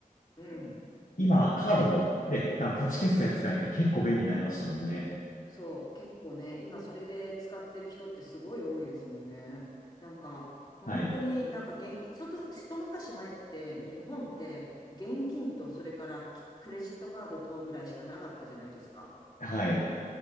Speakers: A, on the left; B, on the left.
A: うん。
B: 今、カードも、
A: そう。
B: ね、あのタッチ決済使えて結構便利になりましたもんね。
A: そう、結構ね、今それで使ってる人ってすごい多いですもんね。なんか、本当になんか現、
B: はい。
A: ちょっと一昔前って日本って現金とそれからきクレジットカードとぐらいしかなかったじゃないですか。
B: はい。